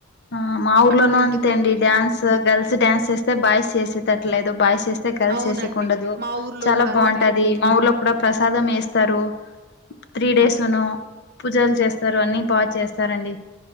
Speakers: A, on the left; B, on the right.
A: ఆ మా ఊర్లోనూ
B: అట్లుంటుందండి
A: అంతే అండి డ్యాన్స్ గర్ల్స్ డ్యాన్స్ చేస్తే బాయ్స్ చేసేట ఇట్లేదో భాష చేస్తే గల్స్
B: అవునండి
A: చేసేకుండదు
B: మా ఊర్లో
A: చాలా
B: కూడా
A: బాగుంటది
B: అంతే
A: మా ఊర్లో కూడా ప్రసాదం వేస్తారు త్రీ డేస్ పూజలు చేస్తారు అన్ని బాగా చేస్తారండి